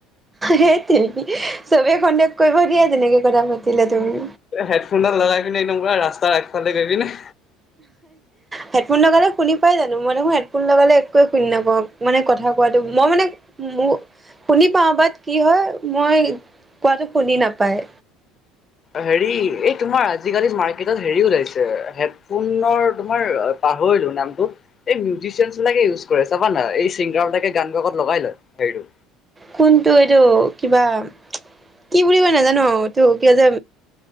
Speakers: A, on the right (about 15°); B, on the left (about 35°).
A: হেই তুমি, চবে সন্দেক কৰিব দিয়া তেনেকে কথা পাতিলে তুমি।
B: হেডফোনডাল লগাই কিনে একদম পুৰা ৰাস্তাৰ আগফালে গৈ পিনে
A: হেডফোন লগালে শুনি পাই জানো? মই দেখোন হেডফোন লগালে একোৱে শুনি নাপাওঁ। মানে কথা কোৱাটো, মই মানে মোৰ শুনি পাও বাট কি হয়, মই কোৱাটো শুনি নাপায়।
B: হেৰি এই তোমাৰ আজিকালি মাৰ্কেটত হেৰি ওলাইছে হেডফোনৰ তোমাৰ পাহৰিলো নামটোৰ। এই মিউজিচিয়ানবিলাকে ইউজ কৰে, চাবা না এই চিংগাৰবিলাকে গান গাকত লগাই লয় হেৰিটো।
A: কোনটো এইটো কিবা, কি বুলি কয় নাজানো। ত' কি হৈছে